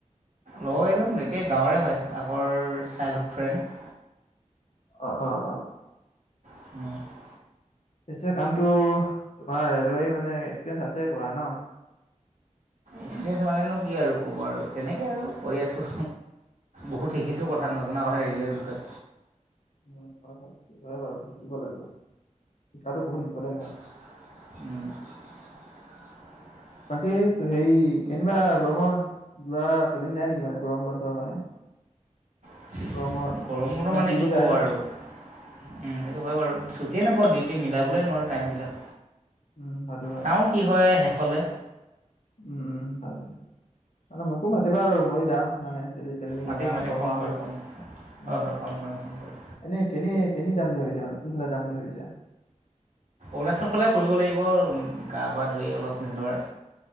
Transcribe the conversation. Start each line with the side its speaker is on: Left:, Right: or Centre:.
Right: লগৰ কেইজন একে গাঁৱৰে হয়, আগৰ চাইল্ডহুড ফ্ৰেণ্ড।
Left: অ', অ', অ'।
Right: <inaudible>
Left: পিছে কামটো তোমাৰ ৰেলৱে মানে, এক্সপিৰিয়েঞ্চ আছে কৰা ন।
Right: এক্সপিৰিয়েঞ্চ মানেনো কি আৰু ক'ব আৰু, তেনেকে আৰু কৰি আছো। বহুত শিকিছো, কথা নজনা কথা ৰেলৰ বিষয়ে।
Left: উম উ উ উ কৰা হয়, হয় বাৰু শিকিব লাগে শিকাতো বহুত ইম্পৰ্টেণ্ট হয়।
Right: হু হু হু হু হু উম উম
Left: বাকী তুই হেৰি ই ই ই ই। কেনিবা গৰমত যোৱা প্লেনিং নাই নেকি মানে গৰম বন্ধ মানে
Right: সি ই ই
Left: গৰমত
Right: ই ই গৰম বন্ধ
Left: কিছুমান
Right: মানে
Left: ফুৰিব
Right: কি ক'ব
Left: যায় ন
Right: আৰু সি ই ই আহ আহ হু হু হু হু উম সেইটো হয় বাৰু ছুটিয়ে নেপাওঁ ডিউটি মিলাব ক'লে নোৱাৰোঁ টাইমবিলাক
Left: উম হয়টো হয়
Right: চাওঁ কি হয় শেষলে।
Left: উম উম উ উ হয় হয়। তালে মোকো মাতিবা আৰু মইয়ো যাম মানে যদি প্লেনিং
Right: মাতিম
Left: বনা
Right: মাতিম
Left: বনোৱা
Right: ফোন
Left: হয়
Right: কৰিম ফোন কৰিম হয়
Left: উ।
Right: হয় ফোন কৰিম ফোন কৰিম।
Left: এনেই কেনে কেনে যাম বুলি ভাবিছা মানে কোনফালে যাম বুলি ভাবিছা?
Right: অৰুণাচল ফালে ফুৰিব লাগিব ৰ উম গা-পা ধুই অলপ নিৰ